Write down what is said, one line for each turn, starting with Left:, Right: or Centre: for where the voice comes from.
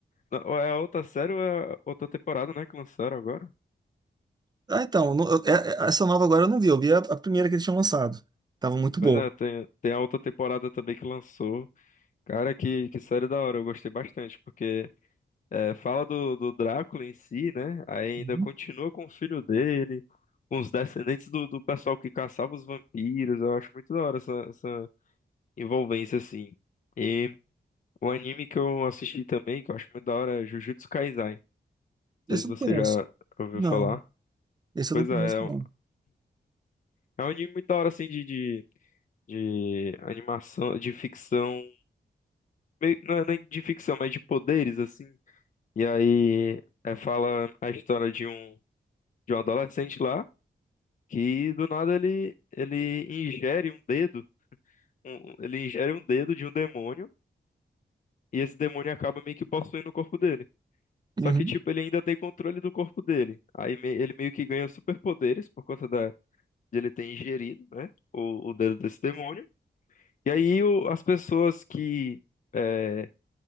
Left: não, ou é a outra série ou é a outra temporada, né? Que lançaram agora.
Right: Ah, então, no- eu- é- é- essa nova agora eu não vi, eu vi a, a primeira que eles tinham lançado. Tava muito
Left: Pois
Right: boa.
Left: é, tem, tem a outra temporada também que lançou. Cara, que, que série da hora, eu gostei bastante, porque É, fala do, do Drácula em si, né? Aí
Right: Uhum.
Left: ainda continua com o filho dele, com os descendentes do, do pessoal que caçava os vampiros. Eu acho muito da hora essa, essa envolvência, assim. E o anime que eu assisti também, que eu acho muito da hora, é Jujutsu Kaisen.
Right: Esse
Left: Não sei se
Right: eu
Left: você
Right: não conheço.
Left: já ouviu
Right: Não,
Left: falar.
Right: esse
Left: Pois
Right: eu não conheço,
Left: é, é um,
Right: não.
Left: é um anime muito da hora, assim, de, de, de animação, de ficção. meio- não é nem de ficção, mas de poderes, assim. E aí, é, fala a história de um, de um adolescente lá. que do nada ele, ele ingere um dedo, um- ele ingere um dedo de um demônio, e esse demônio acaba meio que possuindo o corpo dele. Só
Right: Uhum,
Left: que, tipo, ele ainda tem controle do corpo dele. Aí me- ele meio que ganha superpoderes por conta da, de ele ter ingerido, né, o, o dedo desse demônio. E aí o- as pessoas que, é,